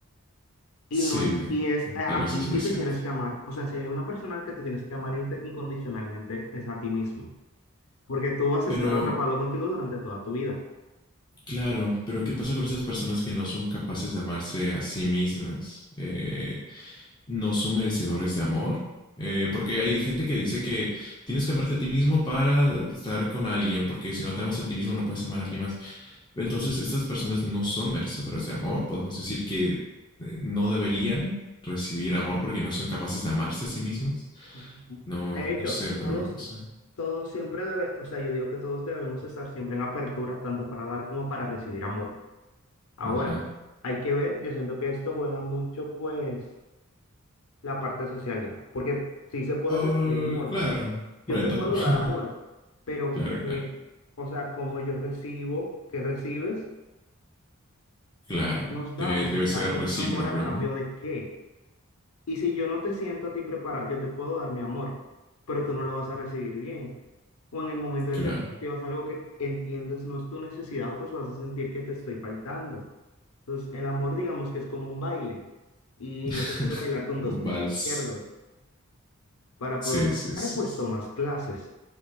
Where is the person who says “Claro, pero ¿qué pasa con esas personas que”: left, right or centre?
Left